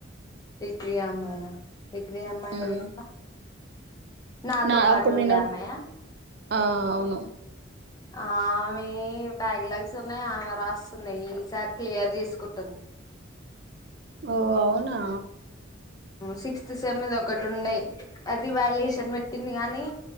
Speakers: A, on the left (about 20°); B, on the right (about 55°).
A: డిగ్రీ అమ్మాయ డిగ్రీ అమ్మాయి ఎవలు
B: ఉమ్
A: ఇంకా నాతో
B: నా
A: పాటు
B: అప్పుడు
A: ఉండే
B: నేను
A: అమ్మయా
B: ఆ అవును
A: ఆమె బ్యాక్ లాగ్స్ ఉన్నాయి ఆమెరా వస్తుందియి ఈసారి క్లియర్ చేసుకుంటుంది
B: ఓ అవునా
A: సిక్స్త్ సెమెది ఒకటి ఉండేయి అది వాల్యుయేషన్ పెట్టింది కానీ